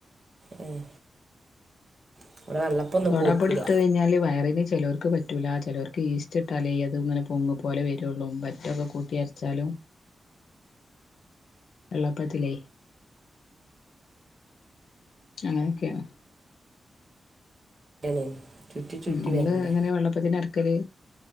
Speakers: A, on the right; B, on the left.
A: ഉം <unintelligible>
B: സോഡാപ്പൊടി
A: പോക്കില്ല
B: ഇട്ട് കഴിഞ്ഞാല് വയറിന് ചിലർ പറ്റൂല ചിലർക്ക് ഈസ്റ്റ് ഇട്ടാലേ അത് ഇങ്ങനെ പൊങ്ങു പോലെ വരുള്ളൂ പറ്റൊക്കെ കൂട്ടി അരച്ചാലും വെള്ളപ്പത്തിലേ.. അങ്ങനെയൊക്കെയാണ്.
A: എണ്ണേൻ ചുറ്റി ചുറ്റി
B: ഉം നിങ്ങള്
A: വരണ്ടേ
B: എങ്ങനെ വെള്ളപ്പത്തിന് അരക്കല്